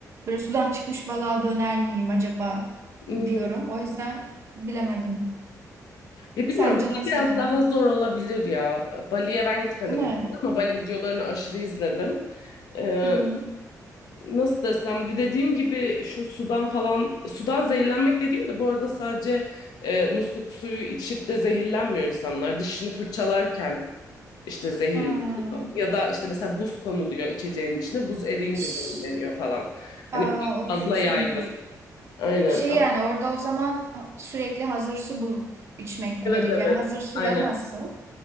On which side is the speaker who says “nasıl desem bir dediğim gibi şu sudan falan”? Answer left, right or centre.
Left